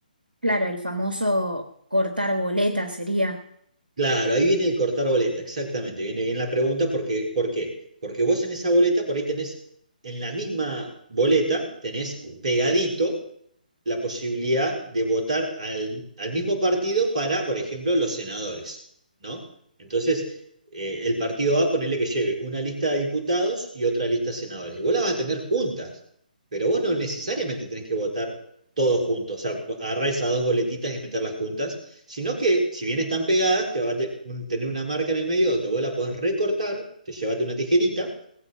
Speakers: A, on the right; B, on the right.
A: Claro, el famoso cortar boleta sería.
B: Claro, ahí viene el cortar boleta, exactamente, viene bien la pregunta, porque, ¿por qué? Porque vos en esa boleta, por ahí tenés, en la misma boleta, tenés pegadito la posibilidad de votar al, al mismo partido para, por ejemplo, los senadores, ¿no? Entonces, eh, el partido A, ponerle que lleve una lista de diputados y otra lista de senadores. Y vos las vas a tener juntas, pero vos no necesariamente tenés que votar todos juntos, o sea, agarrar esas dos boletitas y meterlas juntas, sino que si bien están pegadas, te va a te- tener una marca en el medio donde vos la podés recortar, te llévate una tijerita